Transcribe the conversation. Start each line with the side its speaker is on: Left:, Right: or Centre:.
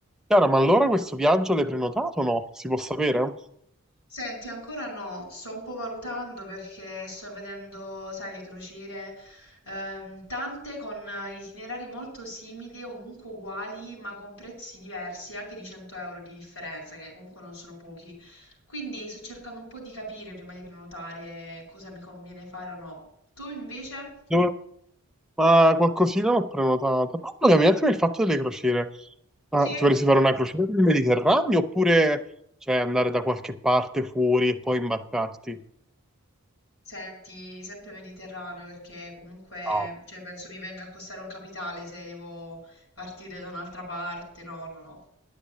Centre: Chiara, ma allora questo viaggio l'hai prenotato o no? Si può sapere?
Left: Senti, ancora no, sto un po' valutando perché sto vedendo, sai, le crociere, ehm, tante con itinerari molto simili o comunque uguali, ma con prezzi diversi, anche di 100 euro di differenza, che comunque non sono pochi. Quindi sto cercando un po' di capire prima di prenotare cosa mi conviene fare o no. Tu invece?
Centre: Dove- Ma qualcosina l'ho prenotata. Parlami un attimo del fatto delle crociere. Ma
Left: Sì,
Centre: ti vorresti fare una crociera nel Mediterraneo oppure cioè, andare da qualche parte fuori e poi imbarcarti?
Left: senti, sempre Mediterraneo perché comunque,
Centre: No,
Left: cioè, penso mi venga a costare un capitale se devo partire da un'altra parte. No, no, no.